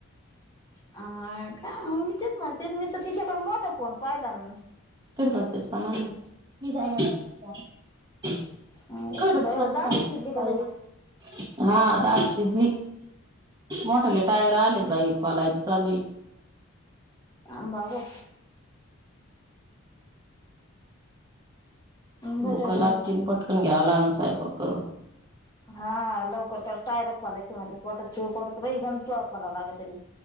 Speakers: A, on the left; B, on the right.
A: आ का मग मी तेच म्हणतेच मी तर तिच्याकड मोठा फो फोन पाहिला न
B: कडी पात्तेस पानांन <inaudible> <unintelligible>
A: बर डाळ शिजली का लगेच
B: हा दाळ शिजली मोठाले टायर आलेत बाई खोलायचे चालू हाय
A: आं बाबू बरे
B: भूका
A: बरे
B: लागतीन पटकन घ्यावं लागन स स्वयंपाक करून
A: हा लवकर कर टायरं खोलायची म्हणतेत पोटात जीव पडतो बाई गंतू खोलाव लाग तरी